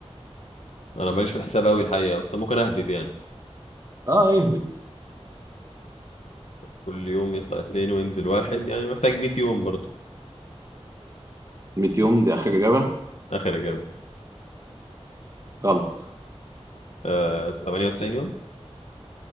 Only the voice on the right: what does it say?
اه اهبد
100 يوم دي اخر اجابة
غلط